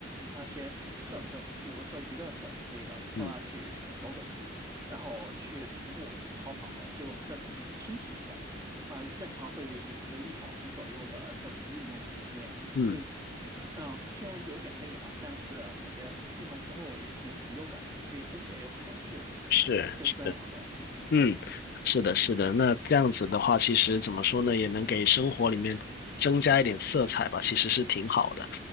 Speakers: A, on the right (about 15°); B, on the left (about 55°).
A: 那些设施，比如说娱乐设施之类的，
B: 嗯
A: 都要去走走步，然后去徒步跑跑，就这种去轻体力的，呃，正常会有一个一小时左右的这种运动的时间，
B: 嗯，
A: 就。嗯，虽然有点累吧，但是啊感觉运动之后也挺有成就感的，对身体也有好处，
B: 是是，
A: 就这样的。
B: 嗯，是的，是的。那这样子的话，其实怎么说呢，也能给生活里面增加一点色彩吧，其实是挺好的。